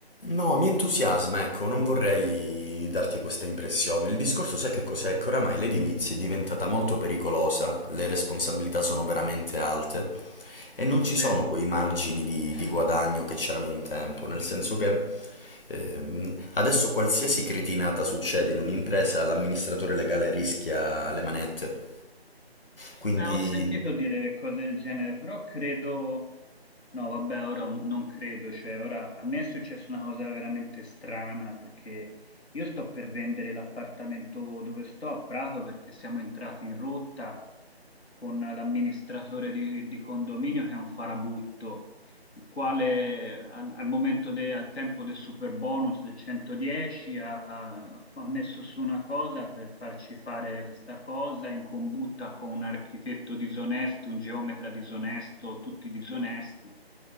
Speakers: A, on the left; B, on the left.
A: No, mi entusiasma, ecco, non vorrei darti questa impressione. Il discorso, sai che cos'è? Che oramai l'edilizia è diventata molto pericolosa, le responsabilità sono veramente alte e non
B: Sì,
A: ci sono quei margini di, di guadagno che c'erano un tempo, nel senso che ehm, adesso qualsiasi cretinata succede in un'impresa, l'amministratore legale rischia le manette. Quindi
B: ma ho sentito dire cose del genere, però credo, no vabbè, ora un- non credo, cioè ora a me è successa una cosa veramente strana perché io sto per vendere l'appartamento dove sto a Prato perché siamo entrati in rotta con l'amministratore di di condominio che è un farabutto. il quale al, al momento de- al tempo del super bonus del 110 ha, ha- ha messo su una cosa per farci fare questa cosa in combutta con un architetto disonesto, un geometra disonesto, tutti disonesti.